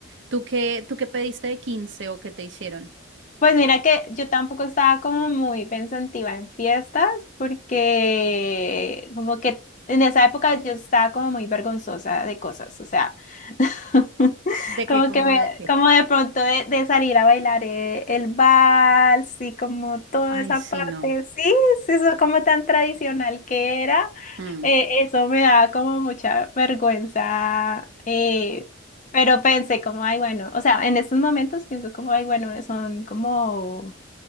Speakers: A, on the right (about 55°); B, on the left (about 35°).
A: ¿Tú qué, tú qué pediste de 15 o qué te hicieron?
B: Pues mira que yo tampoco estaba como muy pensativa en fiestas porque como que en esa época yo estaba como muy vergonzosa de cosas, o sea, <laughs>
A: ¿De qué?
B: como
A: ¿Cómo
B: que me,
A: de qué?
B: como de pronto de, de salir a bailar eh, el vals y como toda
A: Ay,
B: esa
A: sí,
B: parte,
A: no.
B: sí, sí, eso como tan tradicional que era,
A: Mm.
B: eh, eso me daba como mucha vergüenza. eh, Pero pensé como, ay, bueno, o sea, en estos momentos pienso como, ay, bueno, son como